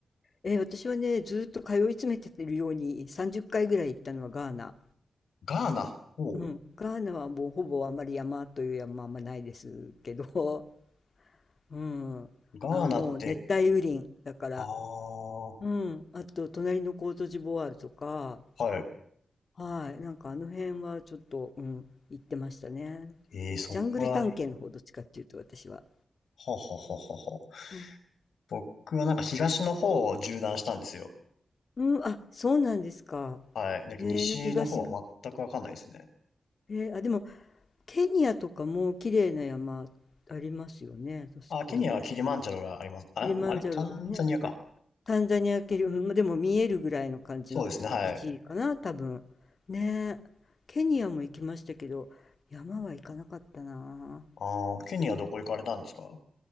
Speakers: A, on the left (about 55°); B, on the left (about 85°).
A: えー私はね、ずーっと通い詰めてるように30回ぐらい行ったのはガーナ。
B: ガーナ。おう
A: うん。ガーナはもうほぼあまり山という山はあんまないですけど、うん。
B: ガーナって
A: あ、もう熱帯雨林だから。
B: ああ、は
A: うん。あと、隣のコートジボワールとか、
B: い。
A: はい。なんかあの辺はちょっと、うん、行ってましたね。
B: ええ、そこらへん。
A: ジャングル探検の方、
B: は
A: どっちかっていうと、私は。
B: ははあはあはあ。
A: うん。
B: 僕はなんか東の方を縦断したんですよ。
A: うんあ、そうなんですか。
B: はい。だけど西の方は全くわかんないですね。
A: へえ、東が。へえ、あ、でも、ケニアとかも綺麗な山ありますよね、確か。
B: あ、ケニアはキリマンジャロがあります。あれあれタンザニアか。
A: キリマンジャロがね。タンザニア系より、うん、までも見えるぐらいの感じの位置かな、
B: そうですね、はい。
A: 多分。ねえ。ケニアも行きましたけど、山は行かなかったな。
B: ああ、ケニアどこ行かれたんですか
A: ね